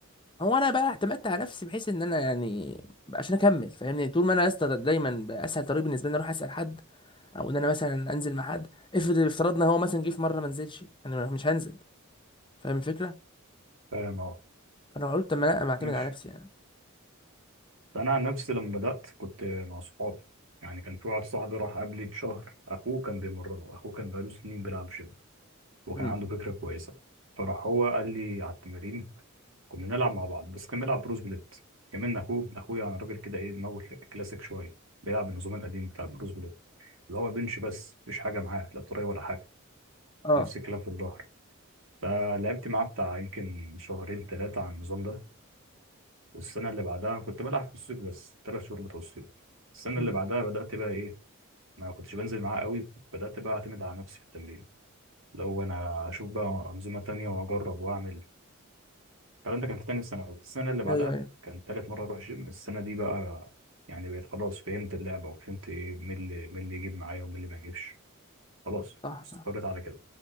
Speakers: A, on the left; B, on the right.
A: هو انا بقى اعتمدت على نفسي بحيث ان انا يعني عشان اكمل فاهمني طول ما انا يا اسطى دايما بقى اسهل طريق بالنسبه لي إن أنا اروح اسال حد او ان انا مثلا انزل مع حد افرض افترضنا هو مثلا جه في مره ما نزلش انا مش هنزل فاهم الفكره
B: فاهم أه
A: فانا قلت طب ما انا أنا معتمد
B: ماشي
A: على نفسي يعني
B: فأنا عن نفسي لما بدأت كنت مع صحابي يعني كان في واحد صاحبي راح قبلي بشهر أخوه كان بيمرنه أخوه كان بقاله سنين بيلعب جيم وكان
A: مم.
B: عنده فكرة كويسة فراح هو قال لي على التمارين كنا بنلعب مع بعض بس كان بيلعب بروس بليت كمان اخوه اخويا يعني راجل كده ايه دماغه كلا- كلاسيك شويه بيلعب بالنظام القديم بتاع بروس بليت اللي هو بنش بس مفيش حاجه معاه لا طريه ولا حاجه
A: اه
B: نفس الكلام في الظهر فلعبت معاه بتاع يمكن شهرين ثلاثه على النظام ده والسنه اللي بعدها كنت بلعب في الصيف بس ثلاث شهور بتوع الصيف السنه
A: مم.
B: اللي بعدها بدات بقى ايه ما كنتش بنزل معاه قوي بدات بقى اعتمد على نفسي في التمرين لو انا اشوف بقى انظمه تانية واجرب واعمل الكلام ده كان في تاني ثانوي السنة اللي بعدها
A: ايوه ايوه
B: كان تالت مرة أروح جيم السنة دي بقى يعني بقيت خلاص فهمت اللعبة وفهمت إيه مين اللي مين اللي يجيب معايا ومين اللي ما يجيبش خلاص
A: صح
B: استقريت
A: صح
B: على كده